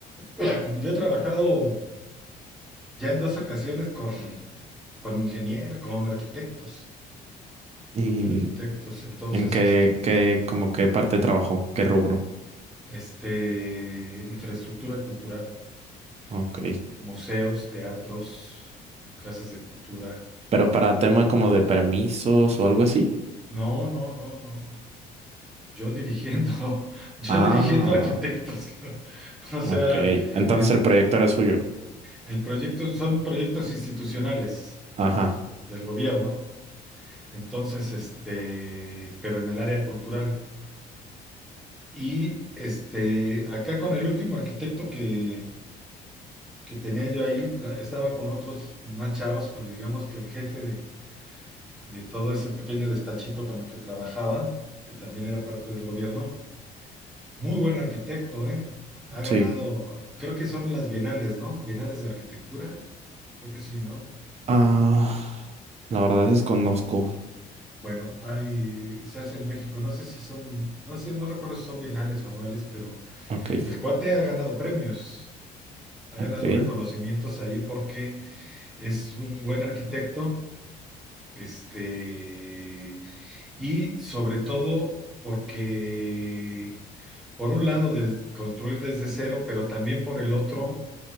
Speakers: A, in the centre; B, on the right.
A: <clears throat> Yo he trabajado ya en dos ocasiones con, con ingenieros, con arquitectos,
B: ¿Y
A: con arquitectos. Entonces,
B: en qué,
A: este,
B: qué, como qué parte trabajó? ¿Qué rubro?
A: este, infraestructura cultural.
B: Ok.
A: museos, teatros, casas de cultura.
B: Pero para tema como de permisos o algo así.
A: No, no, no, no. Yo dirigiendo, <laughs> yo
B: Ah,
A: dirigiendo arquitectos. <laughs> O sea,
B: ok. Entonces
A: es,
B: el proyecto era suyo.
A: el proyecto, son proyectos institucionales
B: Ajá,
A: del gobierno. Entonces, este, pero en el área cultural. Y este, acá con el último arquitecto que, que tenía yo ahí, tra- estaba con otros más chavos, pero digamos que el jefe de de todo ese pequeño despachito con el que trabajaba, que también era parte del gobierno. Muy buen arquitecto, ¿eh? Ha ganado,
B: sí.
A: creo que son las bienales, ¿no? Bienales de arquitectura, creo que sí, ¿no?
B: Ah, la verdad desconozco.
A: Bueno, hay, se hace en México, no sé si son, no sé, no recuerdo si son bienales o anuales, pero
B: Ok,
A: el cuate ha ganado premios, ha ganado
B: ok,
A: reconocimientos ahí porque es un buen arquitecto, este, y sobre todo porque por un lado, de construir desde cero, pero también por el otro,